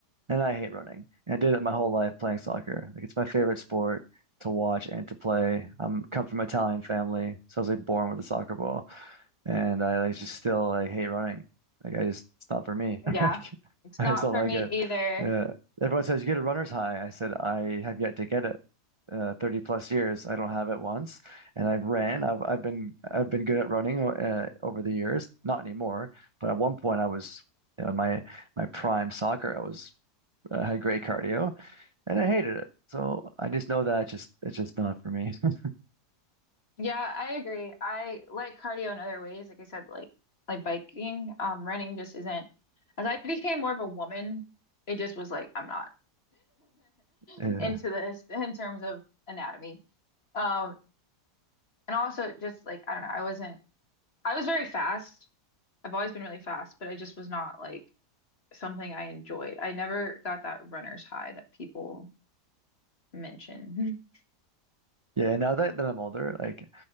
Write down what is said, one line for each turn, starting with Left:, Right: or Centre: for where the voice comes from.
Right: And I hate running. And I did it my whole life playing soccer. Like it's my favorite sport to watch and to play. I'm come from an Italian family, so I was like born with a soccer ball. and I like just still like hate running. Like I just it's not for me. <laughs>
Left: Yeah.
Right: Like
Left: It's
Right: I
Left: not
Right: just don't
Left: for
Right: like
Left: me
Right: it.
Left: either.
Right: Uh, everyone says you get a runner's high. I said I have yet to get it. Uh, 30 plus years, I don't have it once, and I've ran. I've I've been I've been good at running uh, over the years. Not anymore, but at one point I was, you know, in my my prime soccer. I was uh, had great cardio, and I hated it. So I just know that it's just it's just not for me. <laughs>
Left: Yeah, I agree. I like cardio in other ways. Like I said, like like biking, um, running just isn't. As I became more of a woman, it just was like I'm not
Right: Uh,
Left: <laughs> into this in terms of anatomy. Um, and also just like I don't know, I wasn't. I was very fast. I've always been really fast, but I just was not like something I enjoyed. I never got that runner's high that people mention. <laughs>
Right: yeah, now that, that I'm older, like